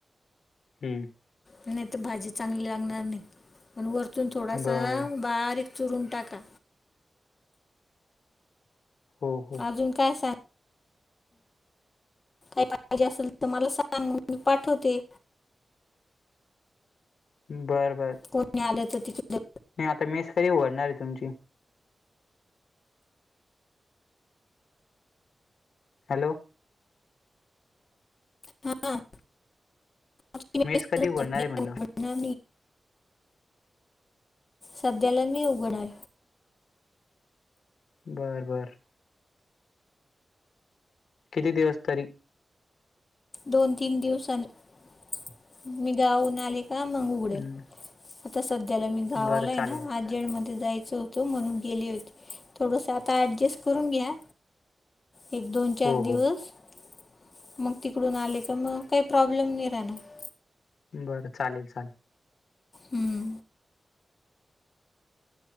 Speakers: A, on the left; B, on the left.
A: हम्म.
B: नाही तर भाजी चांगली लागणार नाही पण वरतून थोडासा
A: बरं बरं
B: बारीक चुरून टाका.
A: हो. हो
B: अजून काय सांग. काय पाहिजे असेल तर मला सांग मी पाठवते.
A: बरं बर.
B: कोणी आलं तर तिकडं.
A: नाही आता मेस कधी उघडणार आहे तुमची. हॅलो.
B: हां. ती
A: मेस कधी
B: सध्या
A: ऊघडणार आहे म्हटलं..
B: उघडणार सध्याला नाही उघणार.
A: बर बर. किती दिवस तरी.
B: दोन तीन दिवसानी मी गाऊून आले का मग उघडेल.
A: हं
B: आता सध्याला मी गावाला
A: बरं
B: आहे
A: चालेल
B: ना आ. म जायच होत म्हणून गेले होते थोडस आता डजस्ट करून घ्या. एक दोन चार
A: हो
B: दिवस.
A: हो
B: मग तिकडून आले का मग काही प्रॉब्लेम नाही राहणार.
A: बरं चालेल चालेल.
B: हम्म.